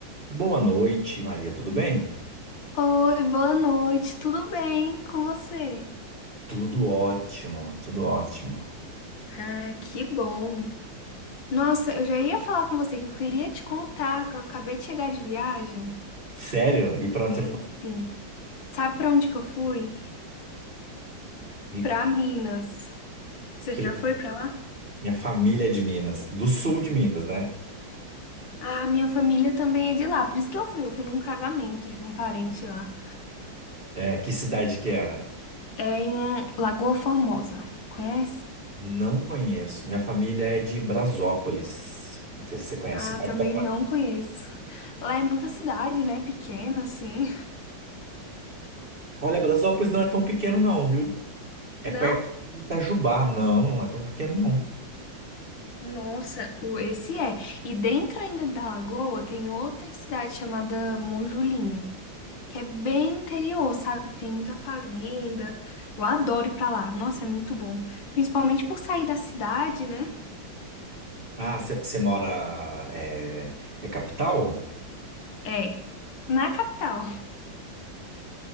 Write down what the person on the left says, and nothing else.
Oi, boa noite, tudo bem com você?
Ah, que bom. Nossa, eu já ia falar com você que eu queria te contar que eu acabei de chegar de viagem.
E
aí,
sim. Sabe pra onde que eu fui?
Pra Minas. Você
já
foi pra lá?
Ah, minha família também é de lá, por isso que eu fui. Eu fui num casamento de um parente lá.
É em Lagoa Formosa. Conhece?
Ah,
também
não conheço. Lá é muita cidade, né? Pequena, assim.
Não?
Nossa, o- esse é. E dentro ainda da Lagoa tem outra cidade chamada Monjulinho, que é bem interior, sabe? Que Tem muita fazenda. Eu adoro ir pra lá. Nossa, é muito bom. Principalmente por sair da cidade, né?
É, na capital.